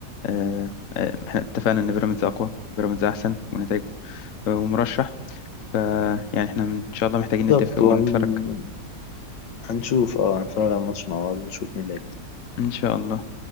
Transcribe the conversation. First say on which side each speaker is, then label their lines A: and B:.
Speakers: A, on the left; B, on the left.
A: آه، آه، احنا اتفقنا ان بيراميدز اقوى بيراميدز احسن ونتائجه آه، ومرشح ف يعني احنا ان شاء الله محتاجين نتفق
B: بالظبط وهن-
A: ونتفرج
B: هنشوف اه هنتفرج على الماتش مع بعض ونشوف مين اللي
A: ان شاء الله